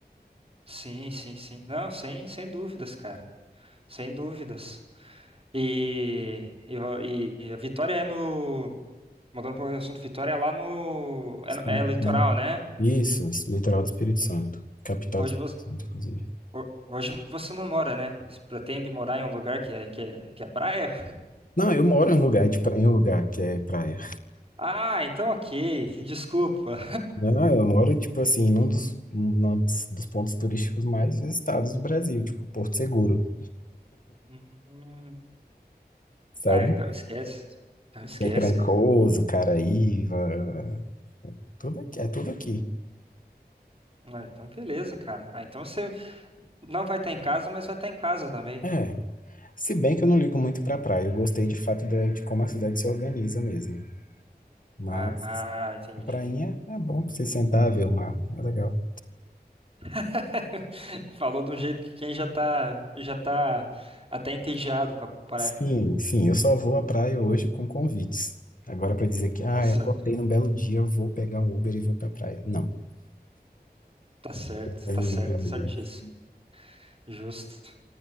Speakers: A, on the right; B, on the left.
A: Sim, sim, sim. Não, sem, sem dúvidas, cara. Sem dúvidas. E, e, a e- a Vitória é no. Mudando um pouco do assunto, Vitória é lá no. É,
B: Espírito
A: no- é litoral,
B: Santo.
A: né?
B: Isso, es- litoral do Espírito Santo. Capital
A: Hoje
B: do Espírito
A: você,
B: Santo, inclusive.
A: ho- hoje você não mora, né? Você pretende morar em um lugar que é, que é, que é praia?
B: Não, eu moro em um lugar, de pra- em um lugar que é praia.
A: Ah, então ok. Desculpa.
B: Não, eu moro, tipo assim, num dos, num dos dos pontos turísticos mais visitados do Brasil, tipo Porto Seguro,
A: Hum.
B: sabe?
A: Ah, então esquece. Então esquece,
B: Tem Trancoso,
A: cara.
B: Caraíva, tudo aqui, é tudo aqui.
A: Ah, então beleza, cara. Ah, então você não vai estar em casa, mas vai estar em casa também.
B: É, se bem que eu não ligo muito pra praia, eu gostei de fato de, de como a cidade se organiza mesmo. Mas
A: Ah, ah, entendi.
B: a prainha é bom pra você sentar, ver o mar, é legal.
A: <laughs> Falou de um jeito que quem já tá, já tá até entediado com a praia.
B: Sim, sim, eu só vou à praia hoje com convites. Agora para dizer que, ah,
A: Tá certo,
B: eu acordei num belo dia, eu vou pegar um Uber e vou pra praia. Não.
A: tá certo,
B: Aí
A: tá
B: Eu
A: certo,
B: vou fazer
A: certíssimo.
B: isso.
A: Justo.